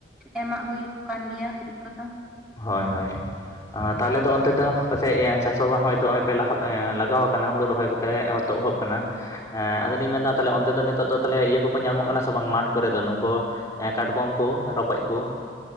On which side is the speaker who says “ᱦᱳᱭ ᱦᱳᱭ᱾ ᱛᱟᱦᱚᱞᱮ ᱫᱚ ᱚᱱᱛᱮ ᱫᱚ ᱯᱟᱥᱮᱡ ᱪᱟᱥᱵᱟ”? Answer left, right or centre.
Left